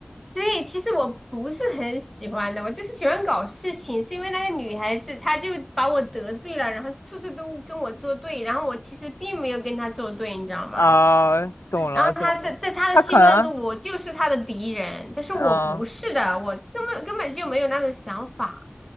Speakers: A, in the centre; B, on the left.
A: 对，其实我不是很喜欢的，我就是喜欢搞事情，是因为那个女孩子她就把我得罪了，然后处处都跟我作对，然后我其实并没有跟她作对，你知道吗？
B: 啊，懂了懂了，
A: 然后她在在她的心目当中，
B: 他可能，
A: 我就是她的敌人，但是我不是的，
B: 嗯、
A: 我根本根本就没有那种想法。